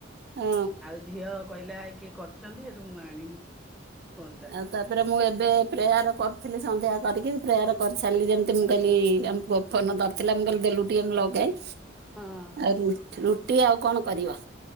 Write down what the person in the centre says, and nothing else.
ଆଉ ଝିଅ କହିଲା କିଏ କରୁଛନ୍ତି ସେଇଠୁ ମୁଁ ଆଣିନି। ଫୋନ୍ ଟା।
ହଁ